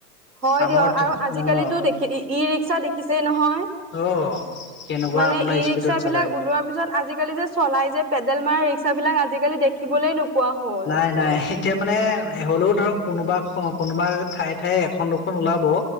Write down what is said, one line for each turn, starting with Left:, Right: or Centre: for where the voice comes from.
Right: হয়
Left: আমাৰ
Right: দিয়ক আৰু আজিকালিটো
Left: অ
Right: দেখি ই-ই ৰিক্সা দেখিছেই নহয়?
Left: অ কেনেকুৱা
Right: মানে
Left: আপোনাৰ
Right: ই
Left: স্পীডত
Right: ৰিক্সা
Left: চলাই
Right: বিলাক ওলোৱাৰ পিছত আজিকালি যে চলাই যে পেডেল মাৰা ৰিক্সাাবলাক আজিকালি দেখিবলে নোপোৱা হ'ল।
Left: এনাই এতিয়া মানে হ'লেও ধৰক কোনোবা, কোনোবা ঠায়ে ঠায়ে এখন দুখন ওলাব।